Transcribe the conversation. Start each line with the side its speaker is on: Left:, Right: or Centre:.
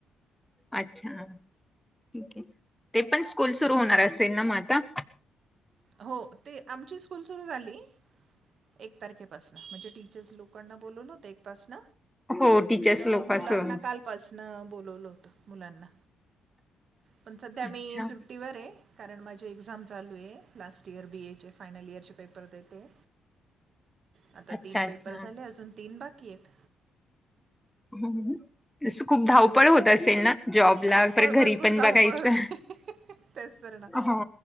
Centre: अच्छा ठीक आहे ते पण स्कूल सुरू होणार असेल ना मग आता.
Right: हो ते आमची स्कूल सुरू झाली. एक तारखेपासन म्हणजे टीचर्स लोकांना बोलवून होत एक पाासन.
Centre: हो टीचर्स
Right: आणि
Centre: लोक
Right: मुलांना
Centre: असून
Right: कालपासन बोलवलं होतं मुलांना. पण सध्या
Centre: अच्छा
Right: मी सुट्टीवर आहे. कारण माझी एक्झाम चालू आहे लास्ट इयर बी एचे फायनल इयरचे पेपर देते. आता
Centre: अच्छा
Right: तीन
Centre: अच्छा
Right: पेपर आले अजून तीन बाकी आहेत.
Centre: <inaudible> तिथे खूप धावपळ होत असेल ना. जॉबला
Right: धावपळ
Centre: परत
Right: भरपूर
Centre: घरी पण
Right: धावपळ
Centre: बघायचं
Right: होते. तेच तर ना
Centre: हो